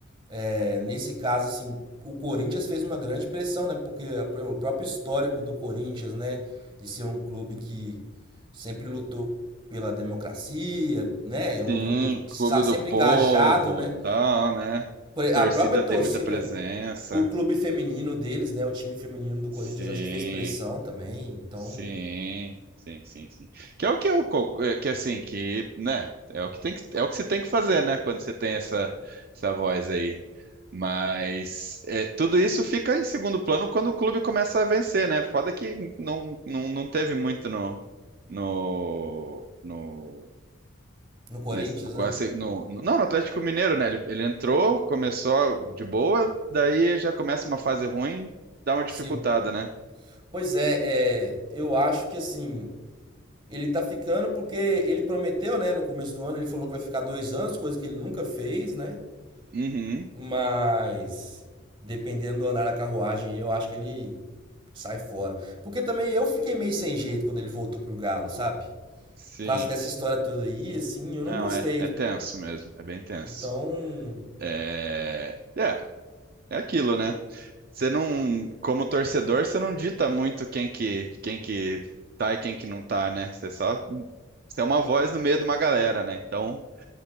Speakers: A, on the right; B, on the right.
A: é, nesse caso, assim, o Corinthians fez uma grande pressão, né? Porque a- o próprio histórico do Corinthians, né? De ser um clube que sempre lutou pela democracia, né? É um
B: Sim,
A: clube que
B: clube
A: está sempre
B: do povo,
A: engajado, né?
B: tal, né?
A: Por-
B: Torcida
A: A própria torcida,
B: tem muita presença.
A: o clube feminino deles, né? O time feminino do Corinthians,
B: Sim.
A: acho que fez pressão também. Então,
B: Sim, sim, sim, sim. Que é o que eu, co- é, que assim, que, né, é o que tem que, é o que se tem que fazer, né, quando você tem essa essa voz aí. Mas é, tudo isso fica em segundo plano quando o clube começa a vencer, né? Foda que não, não, não teve muito no no no
A: No Corinthians,
B: nesse- quase-
A: né?
B: no, no- não, no Atlético Mineiro, né? Ele, ele entrou, começou de boa, daí já começa uma fase ruim, dá uma dificultada,
A: Sim.
B: né?
A: Pois é, é, eu acho que assim, ele tá ficando porque ele prometeu, né? No começo do ano, ele falou que vai ficar dois anos, coisa que ele nunca fez, né?
B: Uhum,
A: Mas dependendo do andar da carruagem, eu acho que ele sai fora. Porque também eu fiquei meio sem jeito quando ele voltou pro Galo, sabe?
B: sim.
A: Por causa dessa história toda aí, assim, eu não
B: Não,
A: gostei.
B: é, é tenso mesmo, é bem tenso.
A: Então,
B: É, é, é aquilo, né? Você não, como torcedor, você não dita muito quem que, quem que tá e quem que não tá, né? Você só, você é uma voz no meio de uma galera, né? Então,